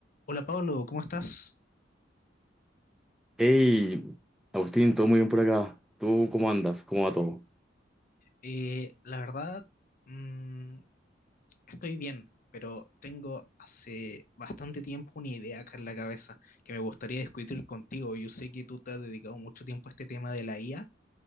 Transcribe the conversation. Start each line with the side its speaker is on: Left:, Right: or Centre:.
Left: Hola Pablo, ¿cómo estás?
Centre: Hey, Agustín, todo muy bien por acá. ¿Tú cómo andas? ¿Cómo va todo?
Left: Eh, la verdad, mm, estoy bien, pero tengo hace bastante tiempo una idea acá en la cabeza que me gustaría discutir contigo. Yo sé que tú te has dedicado mucho tiempo a este tema de la IA